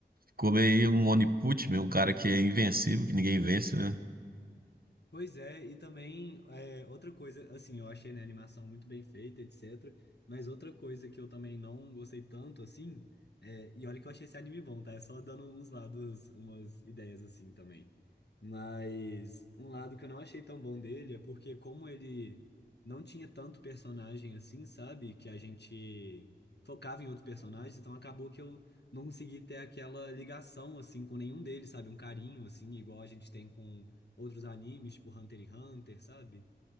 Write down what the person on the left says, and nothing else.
Pois é, e também é, outra coisa, assim, eu achei, né, a animação muito bem feita, etc. Mas outra coisa que eu também não gostei tanto, assim, é, e olha que eu achei esse anime bom, tá? É só dando uns lados, umas ideias assim também. Mas um lado que eu não achei tão bom dele é porque como ele não tinha tanto personagem assim, sabe? Que a gente focava em outros personagens, então acabou que eu não consegui ter aquela ligação, assim, com nenhum deles, sabe? Um carinho, assim, igual a gente tem com outros animes, tipo Hunter x Hunter, sabe?